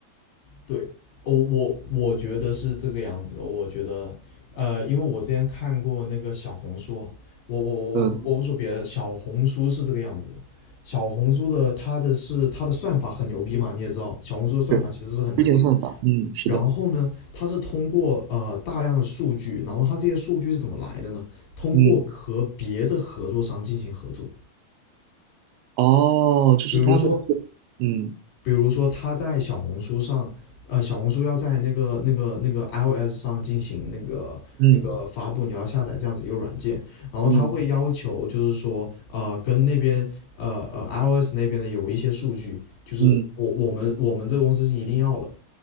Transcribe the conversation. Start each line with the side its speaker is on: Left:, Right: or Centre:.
Left: 对，我我我觉得是这个样子的。我觉得，呃，因为我之前看过那个小红书啊我我我我不说别的，
Right: 嗯，
Left: 小红书是这个样子的。小红书的它的是它的算法很牛逼嘛，你也知道，小红书的算法其实是很牛逼的。
Right: 是推荐算法，嗯，是的，
Left: 然后呢，它是通过呃大量的数据，然后它这些数据是怎么来的呢？通过和别的合作商进行合作，
Right: 嗯，哦，这是他们的嗯
Left: 比如说比如说他在小红书上，呃，小红书要在那个那个那个 iOS 上进行那个那个发布，
Right: 嗯
Left: 你要下载这样子一个软件，然后他会要求就是说，
Right: 嗯
Left: 呃，跟那边呃呃 iOS 那边的有一些数据，就是我我们我们这个公司是一定要的，
Right: 嗯